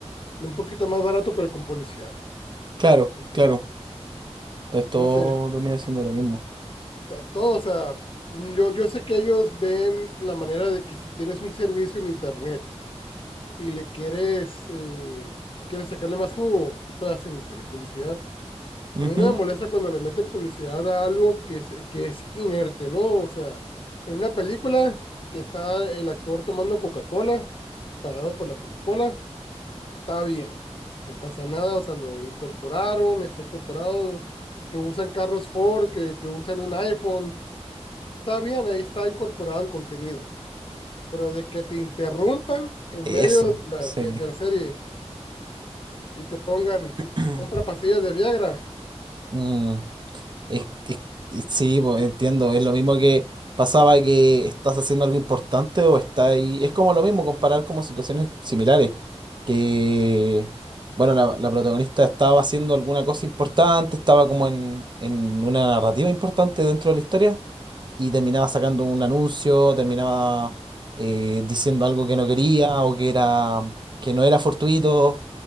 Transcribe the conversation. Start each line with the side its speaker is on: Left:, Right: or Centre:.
Left: de un poquito más barato, pero con publicidad.
Right: Claro,
Left: Entonces,
Right: claro. Entonces todo
Left: ¿cómo se,
Right: termina siendo lo mismo.
Left: a todo, o sea, mm, yo, yo sé que ellos ven la manera de que si tienes un servicio en internet y le quieres, eh, quieres sacarle más jugo, ¿qué puedes hacer? Meterle publicidad.
Right: Ujú,
Left: A mí no me molesta cuando le meten publicidad a algo que es, que es inerte, ¿no? O sea, en una película que está el actor tomando Coca-Cola, pagado por la Coca-Cola, está bien, no pasa nada, o sea, lo incorporaron, está incorporado, que usan carros Ford, que, que usan un iPhone, está bien, ahí está incorporado el contenido, pero de que te interrumpan en
Right: Eso,
Left: medio de la,
Right: sí.
Left: de- de la serie y te pongan,
Right: <clears throat>
Left: compra pastillas de Viagra. No.
Right: Mm, es, es- es- sí, pues, entiendo. Es lo mismo que pasaba que estás haciendo algo importante o está ahí. Es como lo mismo comparar como situaciones similares. Que, bueno, la, la protagonista estaba haciendo alguna cosa importante, estaba como en, en una narrativa importante dentro de la historia y terminaba sacando un anuncio, terminaba eh, diciendo algo que no quería o que era, que no era fortuito.